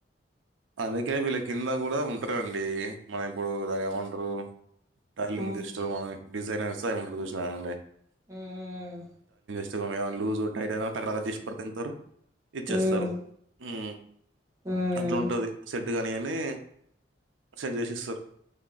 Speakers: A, on the right; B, on the right.
A: అందుకే వీళ్ల కింద కూడా ఉన్ <unintelligible> అండి మనం ఇప్పుడు దాన్ ఏవంటారు టైల్రింగ్
B: హ్మ్.
A: జస్ట్ మనమే డిజైనర్స సగం చేసిన అమే
B: హ్మ్
A: సిగమయ్య లూజు, టైటైనా టక టక దీస్ పార్ <unintelligible> ఇచ్చేస్తారు
B: హ్మ్.
A: హ్మ్
B: హ్మ్.
A: ఇట్లా ఉంటది సెట్ గానీ అన్నీ సెండ్ జేసిస్తరు